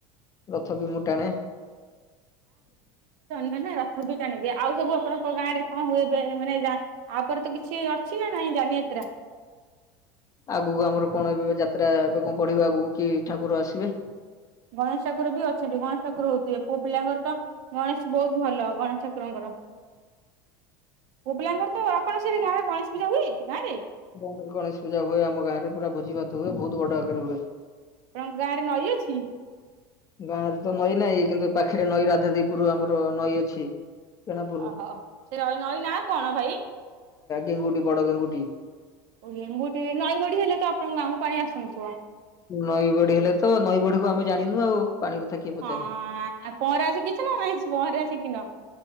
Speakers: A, on the left; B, on the right.
A: ରଥ ମୁଁ ଟାଣେ।
B: ମାନେ ରଥ ବି ଟାଣିବି ଆଉ ସବୁ ଆପଣଙ୍କ ଗାଁରେ କଣ ହୁଏ ଏବେ ମାନେ ଜା ଆପରେ ତ କିଛି ଅଛି ନା ନାଇଁ? ଜନିଯାତ୍ରା।
A: ଆଗକୁ ଆମର କଣ ଏବେ ଯାତ୍ରା ଏବେ କଣ ପଢିବ ଆଗକୁ କି ଠାକୁର ଆସିବେ?
B: ଗଣେଶ ଠାକୁର ବି ଅଛନ୍ତି ଗଣେଶ ଠାକୁର ହଉଥିବେ ପୁଅ ପିଲାଙ୍କର ତ ଗଣେଶ ବହୁତ ଭଲ ଗଣେଶ ଠାକୁରଙ୍କର। ପୁଆପିଲାଙ୍କର ତ ଆପଣ ସେଇଠି ଗାଁରେ ଗଣେଶ ପୂଜା ହୁଏ ଗାଁରେ?
A: ଗ ଗଣେଶ ପୂଜା ହୁଏ ଆମ ଗାଁରେ ପୁରା ଭୋଜି ଭାତ ହୁଏ ବହୁତ ବଡ ଆକାରରେ ହୁଏ।
B: ଆପଣଙ୍କ ଗାଁରେ ନଈ ଅଛି?
A: ଗାଁରେ ତ ନଈ ନାହିଁ, କିନ୍ତୁ ପାଖରେ ନଈ ରାଧାଦିପୁରୁ ଆମର ନଈ ଅଛି। କେନାପୁର
B: ଓହୋ ସେ ନଈ ନଈ ନାଁ କଣ ଭାଇ?
A: ଗେଙ୍ଗୁଟି, ବଡ ଗେଙ୍ଗୁଟି।
B: ଗେଙ୍ଗୁଟି ନଈ ବଢ଼ି ହେଲେ ତ ଆପଣଙ୍କ ଗାଁକୁ ପାଣି ଆସୁନଥିବ?
A: ନଈ ବଢ଼ି ହେଲେ ତ ନଈ ବଢ଼ି କଣ ଆମେ ଜାଣିନୁ ଆଉ। ପାଣି କଥା କିଏ ପଚାରେ।
B: ହଁ ଆ ପହଁରା ଶିଖିଛନ୍ତି ନାଇଁ ପହଁରା ସିକିନ?